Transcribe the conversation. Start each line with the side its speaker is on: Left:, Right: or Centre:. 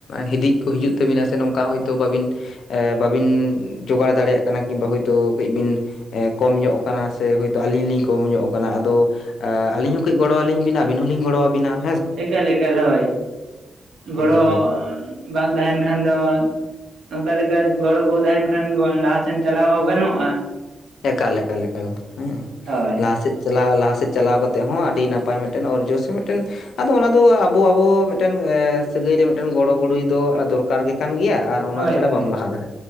Left: ᱦᱤᱫᱤᱡ ᱠᱚ ᱦᱤᱡᱩᱜ ᱛᱟᱹᱵᱤᱱᱟ ᱥᱮ ᱱᱚᱝᱠᱟ ᱦᱳᱭᱛᱳ ᱵᱟᱹᱵᱤᱱ ᱮᱻ ᱵᱟᱵᱤᱱ ᱡᱳᱜᱟᱲ ᱫᱟᱲᱮᱭᱟᱜ ᱠᱟᱱᱟ ᱠᱤᱝᱵᱟ ᱦᱳᱭᱛᱳ ᱠᱟᱹᱡ ᱵᱤᱱ ᱠᱚᱢ ᱧᱚᱜ ᱟᱠᱟᱱᱟ ᱥᱮ ᱦᱳᱭᱛᱳ ᱟᱞᱤᱧ ᱞᱤᱧ ᱠᱚᱢ ᱧᱚᱜ ᱟᱠᱟᱱᱟ ᱟᱫᱚ ᱟᱹᱞᱤᱧ ᱠᱟᱹᱡ ᱜᱚᱲᱚ ᱟᱹᱞᱤᱧ ᱵᱤᱱ ᱟᱵᱮᱱ ᱦᱚᱞᱤᱧ ᱜᱚᱲᱚᱣᱟᱵᱤᱱᱟ᱾
Right: ᱮᱠᱟᱞ ᱮᱠᱟᱞ ᱦᱳᱭ, ᱜᱚᱲᱚ
Left: ᱟᱫᱚ
Right: ᱵᱟᱝ ᱛᱟᱦᱮᱱ ᱠᱷᱟᱱ ᱫᱚ ᱚᱱᱠᱟ ᱞᱮᱠᱟ ᱜᱚᱲᱚ ᱠᱚ ᱛᱟᱦᱮᱱ ᱠᱷᱟᱱ ᱞᱟᱦᱟᱥᱮᱱ ᱪᱟᱞᱟᱣ ᱦᱚᱸ ᱜᱟᱱᱚᱜᱼᱟ᱾
Left: ᱮᱠᱟᱞᱮᱠᱟᱞᱮᱠᱟᱞ ᱦᱮᱸ
Right: ᱦᱳᱭ
Left: ᱞᱟᱦᱟᱥᱮᱫ ᱪᱟᱞᱟᱣ ᱞᱟᱦᱟ ᱥᱮᱫ ᱪᱟᱞᱟᱣ ᱠᱟᱛᱮᱫ ᱦᱚᱸ ᱟᱹᱰᱤ ᱱᱟᱯᱟᱭ ᱢᱤᱫᱴᱮᱱ ᱚᱨᱡᱚ ᱥᱮ ᱢᱤᱫᱴᱮᱱ ᱟᱫᱚ ᱚᱱᱟ ᱫᱚ ᱟᱵᱚ ᱟᱵᱚ ᱢᱤᱫᱴᱮᱱ ᱥᱟᱹᱜᱟᱹᱭ ᱨᱮ ᱢᱤᱫᱴᱮᱱ ᱜᱚᱲᱚ ᱜᱚᱲᱚᱭ ᱫᱚ ᱫᱚᱨᱠᱟᱨ ᱜᱮ ᱠᱟᱱ ᱜᱮᱭᱟ ᱟᱨ ᱚᱱᱟ
Right: ᱦᱳᱭ
Left: ᱪᱷᱟᱲᱟ
Right: ᱦᱳᱭ
Left: ᱵᱟᱢ ᱞᱟᱦᱟ ᱫᱟᱲᱮ,